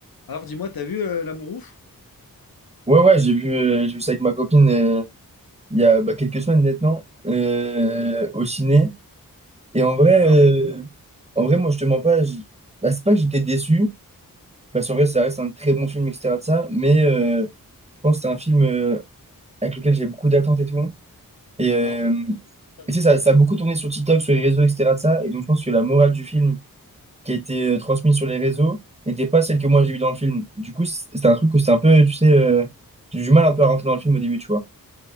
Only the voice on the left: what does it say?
Alors dis-moi, t'as vu euh, l'amour ouf?
Et Alors?
Ouais.
Bah en fait, c'est ça le
problème,
ouais.